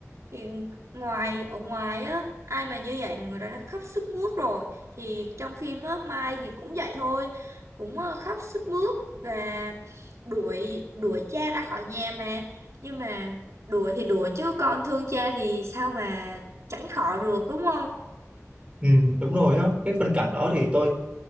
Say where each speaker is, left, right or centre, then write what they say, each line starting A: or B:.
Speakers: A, on the right; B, on the right.
A: thì ngoài ở ngoài á ai mà như vậy là người đó đã khóc sướt mướt rồi thì trong phim á Mai thì cũng vậy thôi cũng ờ, khóc sướt mướt và đuổi đuổi cha ra khỏi nhà mà nhưng mà đuổi thì đuổi chứ con thương cha thì sao mà tránh khỏi được đúng không
B: Ừ, đúng rồi á cái phân cảnh đó thì tôi